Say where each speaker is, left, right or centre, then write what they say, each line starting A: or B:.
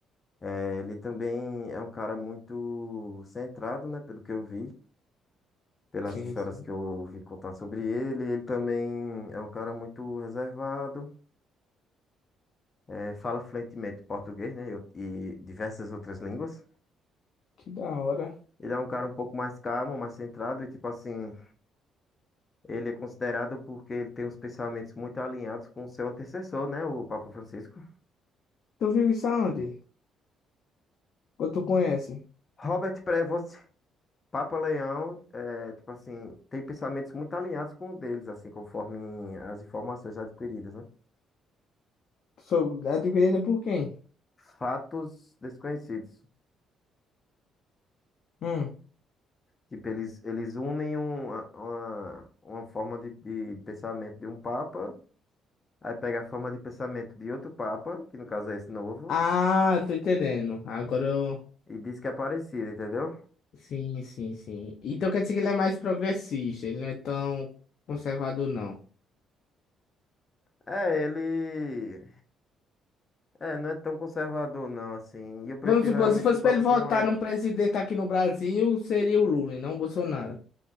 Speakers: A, on the left; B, on the left.
A: eh, ele também é um cara muito centrado, né? Pelo que eu vi. pelas
B: Sim,
A: histórias
B: sim.
A: que eu ouvi contar sobre ele. Ele também é um cara muito reservado, eh, fala fluentemente português, né, e e diversas outras línguas.
B: Que da hora.
A: Ele é um cara um pouco mais calmo, mais centrado, e tipo assim, ele é considerado porque ele tem uns pensamentos muito alinhados com o seu antecessor, né, o Papa Francisco.
B: Tu viu isso aonde? Ou tu conhece?
A: Robert Prevost, Papa Leão, é, tipo assim, tem pensamentos muito alinhados com o deles, assim, conforme as informações adquiridas, né?
B: Sou adquirida por quem?
A: Fatos desconhecidos.
B: Hum.
A: Tipo, eles, eles unem um- uma, uma forma de, de pensamento de um papa, aí pega a forma de pensamento de outro papa, que no caso é esse novo,
B: Ah, tô entendendo. Agora eu...
A: e diz que é parecido, entendeu?
B: Sim, sim, sim. Então quer dizer que ele é mais progressista, ele não é tão conservador, não.
A: É, ele. É, não é tão conservador, não, assim. E eu prefiro
B: Vamos supor,
A: realmente
B: se fosse
A: um papa
B: para ele votar
A: que não é.
B: num presidente aqui no Brasil, seria o Lula e não o Bolsonaro.